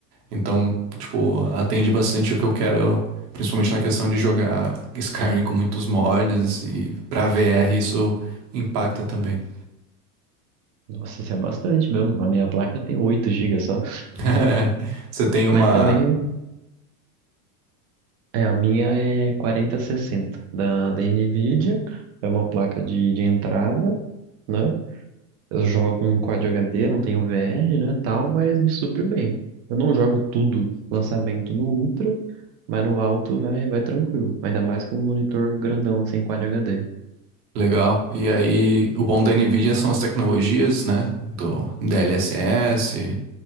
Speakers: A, on the right; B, on the right.
A: Então, tipo, atende bastante o que eu quero, principalmente na questão de jogar Skyrim com muitos mods e pra VR isso impacta também.
B: Nossa, isso é bastante mesmo. A minha placa tem 8 gigas só.
A: <laughs> Você tem uma
B: Mas também, é, a minha é quarenta sessenta da, da NVIDIA. É uma placa de, de entrada, né? Eu jogo um Quad HD, não tenho VR, né, tal, mas me supre bem. Eu não jogo tudo lançamento no Ultra, mas no alto vai, vai tranquilo. Ainda mais com um monitor grandão, assim, Quad HD.
A: Legal. E aí, o bom da NVIDIA são as tecnologias, né? Do DLSS.